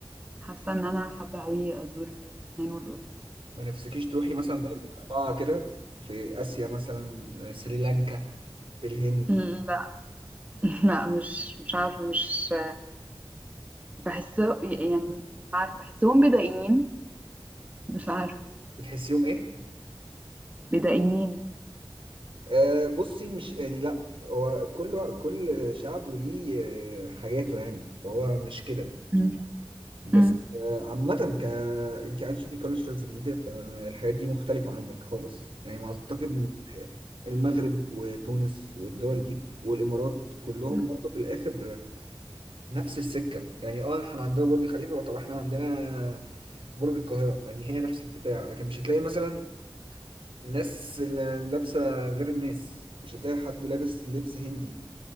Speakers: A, on the right (about 15°); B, on the right (about 85°).
A: حاسة إن أنا حابة أوي أزور لبنان والأردن
B: ما نفسكيش تروحي مثلا بلد مقطعه كده في اسيا مثلا آه، سريلانكا الهند
A: لا <laughs> لا مش مش عارفة مش بحس يعني مش عارفة بحسهم بدائيين مش عارفة
B: بتحسيهم ايه
A: بدائيين
B: أه بصي مش يعني لا هو كل كل شعب وليه آه، حاجاته يعني هو مش كده
A: مم.
B: بس
A: مم.
B: آه، عامة ك انت عايز تشوفي كالتشرز جديدة فالحاجات دي مختلفة عنك خالص يعني ما اعتقد إن المغرب وتونس والدول دي والامارات كلهم
A: مم.
B: برضه في الاخر نفس السكه يعني اه احنا عندنا برج خليفه طب احنا عندنا برج القاهره يعني هي نفس البتاع لكن مش هتلاقي مثلا الناس اللي لابسه غير الناس مش هتلاقي حد لابس لبس هندي